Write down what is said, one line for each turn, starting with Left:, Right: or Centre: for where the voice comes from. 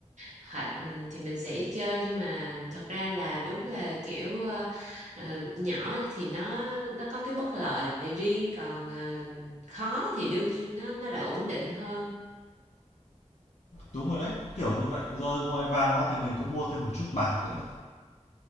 Right: Hả, ừ, thì mình sẽ chơi nhưng mà thật ra là đúng là kiểu ờ, ờ, nhỏ thì nó nó có cái bất lợi riêng còn ờ, khó thì đương nhiên nó nó lại ổn định hơn.
Left: Đúng rồi đấy, nó kiểu như vậy, giờ ngoài vàng ra thì mình cũng mua thêm một chút bạc nữa.